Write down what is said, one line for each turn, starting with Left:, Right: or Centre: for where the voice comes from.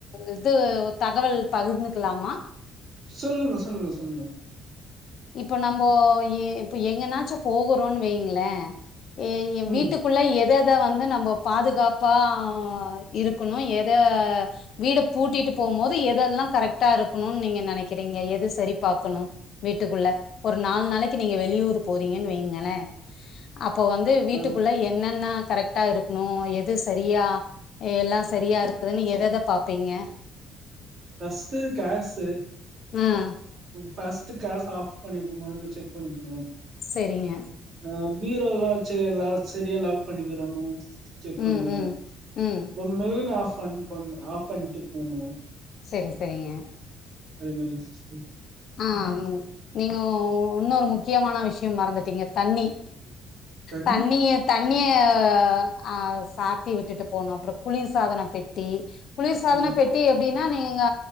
Left: இது ஒ தகவல் தகிர்ந்துக்கிலாமா
Right: சொல்லுங்க சொல்லுங்க சொல்லுங்க
Left: இப்ப நம்போ ஏ இப்ப எங்கனாச்சு போகுறோன்னு வைங்ளே ஏ எ
Right: ம்
Left: வீட்டுக்குள்ள எதஎத வந்து நம்போ பாதுகாப்பா இருக்குணு எத வீட பூட்டிட்டு போம்போது எதெல்லா கரெக்டா இருக்குணுன் நீங்க நெனக்கிறீங்க எது செரி பாக்கணு வீட்டுக்குள்ள ஒரு நால் நாளைக்கு நீங்க வெளியூர் போறீங்கன்னு வைங்களே அப்போ வந்து வீட்டுக்குள்ள
Right: ஆ
Left: என்னென்ன கரெக் டா இருக்குணு எது செரியா எல்லா செரியா இருக்குதுன்னு எதஎத பாப்பீங்க
Right: ஃபஸ்ட்டு கேஸு <unintelligible>
Left: ம்
Right: ஃபர்ஸ்ட் கேஸ் ஆஃப் பண்ணிருகுமாங்றத செக் பண்ணிக்குணு
Left: செரிங்க
Right: ஆ பீரோலா <unintelligible> செரியா லாக் பண்ணிக்கிறோணு செக்
Left: ம்
Right: பண்ணிக்குணு
Left: ம் ம்
Right: அப்போ மெயின் ஆஃப் பண் பண் ஆஃப் பண்ட்டு போனோ
Left: செரி செரிங்க
Right: அதே மாரி சிஸ்டம்
Left: ஆ உ நீங்கோ உன்னொரு முக்கியமான விஷ்யம் மறந்திட்டீங்க தண்ணி
Right: தண்ணி
Left: தண்ணிய தண் தண்ணிய ஆ சாத்தி விட்டுட்டு போனோ அப்புறோ குளிர் சாதன பெட்டி குளிர்சாதன
Right: ஆ
Left: பெட்டி அப்டினா ஏங்க